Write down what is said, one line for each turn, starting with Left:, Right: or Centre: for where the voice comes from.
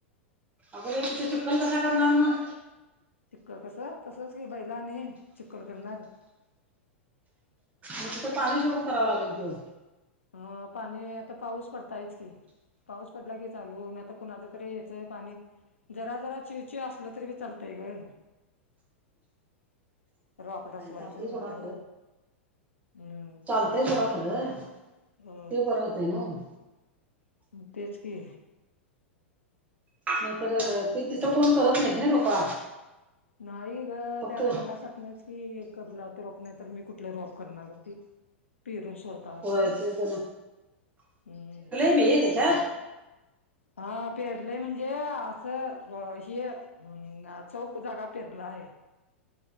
Right: अग रे तिथं चुक्कल कसा करणार मग,
Left: चिक्कल कस तसच कि बैला आणि चिककल करणार.
Right: मग तिथं पाणी सोडून करावं लागल की ओ
Left: ह पाणी आता पाऊस पडतायच की, पाऊस पडला की चालू नाही आता कुणाचं तरी येतोय पाणी. जरा जरा चिव चिव असलं तरी बी लतंय ग!
Right: <inaudible>
Left: परपड असवायचं
Right: चालतंय
Left: म्हटल्यावर
Right: सोडा
Left: हम्म!
Right: होतंय सोडा खर ते
Left: होय
Right: बरं होत नव्ह.
Left: तेच की,
Right: नाहीतर ते तिथं कोण करत नाहीत ना रोपा.
Left: नाही ग
Right: फक्त
Left: त्या गण घासात नाच. की कला आता रॉप नाही तर मी कुठला रॉप करणारती पिर सोडतातनी
Right: होय तेच
Left: हम्म!
Right: पेरले त्याचात.
Left: हा पेरलंय म्हणजे असं हे, हम् चौक जागा पेरला आहे.